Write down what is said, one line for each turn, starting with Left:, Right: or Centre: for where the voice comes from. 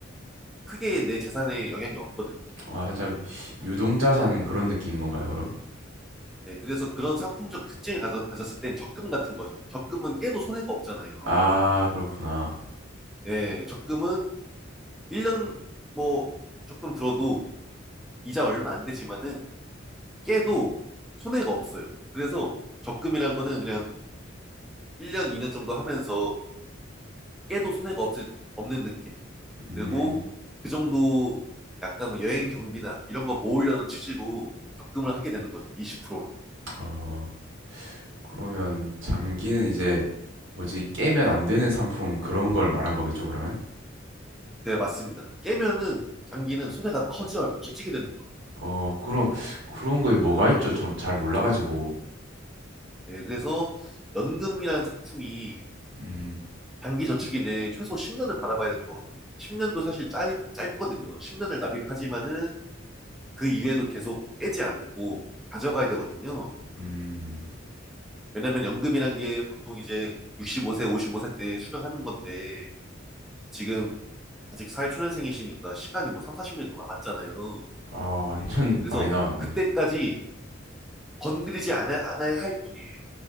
Centre: 크게 내 재산에 영향이 없거든요.
Right: 아, 살짝 유동자산 그런 느낌인 건가요, 그럼?
Centre: 네, 그래서 그런 상품적 특징을 가져, 가졌을 땐 적금 같은 거죠. 적금은 깨도 손해가 없잖아요.
Right: 아, 그렇구나.
Centre: 예, 적금은 1년 뭐 적금 들어도 이자 얼마 안 되지만은 깨도 손해가 없어요. 그래서 적금이란 거는 그냥 1년, 2년 정도 하면서 깨도 손해가 없을, 없는 느낌.
Right: 음,
Centre: 그리고 그 정도 약간 뭐 여행 경비나 이런 거 모으려는 취지로 적금을 하게 되는 거죠. 20%로.
Right: 어, 그러면 장기는 이제 뭐지, 깨면 안 되는 상품 그런 걸 말한 거겠죠, 그러면?
Centre: 네, 맞습니다. 깨면은 장기는 손해가 커져, 커지게 되는 거예요.
Right: 어, 그럼 그런 거에 뭐가 있죠? 좀 잘 몰라가지고.
Centre: 네, 그래서 연금이라는 상품이
Right: 음,
Centre: 장기 저축인데 최소 10년은 받아봐야 되는 거거든요. 10년도 사실 짧, 짧거든요. 10년을 납입하지만은 그 이후에도 계속 깨지 않고 가져가야 되거든요.
Right: 음.
Centre: 음, 왜냐면 연금이란 게 보통 이제 65세, 55세 때 수령하는 건데 지금 아직 사회초년생이시니까 시간이 뭐 3, 40년 더 남았잖아요.
Right: 아, 완전
Centre: 네, 그래서
Right: <laughs> 많이 남았네.
Centre: 그때까지 건드리지 않아, 않아야 할 뿐이에요.